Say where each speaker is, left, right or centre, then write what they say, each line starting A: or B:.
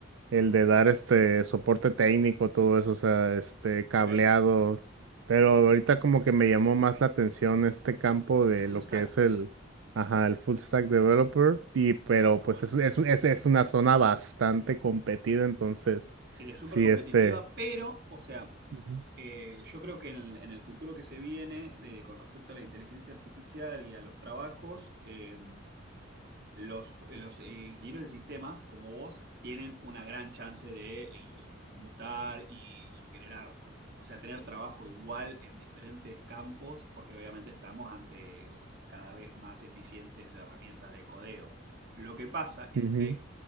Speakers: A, on the right; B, on the right.
A: el de dar este soporte técnico, todo eso, o sea, este cableado.
B: ok,
A: Pero ahorita como que me llamó más la atención este campo de
B: el
A: lo
B: full
A: que
B: stack,
A: es el, ajá, el full stack developer. Y pero
B: sí, está
A: pues
B: bueno.
A: es, es, es, es una zona bastante competida, entonces,
B: Sí, es súper
A: sí,
B: competitiva,
A: este.
B: pero, o sea,
A: Ujú,
B: eh, yo creo que en, en el futuro que se viene, de- con respecto a la inteligencia artificial y a los trabajos, eh, los, los, eh, ingenieros de sistemas, como vos, tienen una gran chance de eh, mutar y, y generar, o sea, tener trabajo igual en diferentes campos, porque obviamente estamos ante cada vez más eficientes herramientas de codeo. Lo que pasa es
A: ujú, ujú,
B: que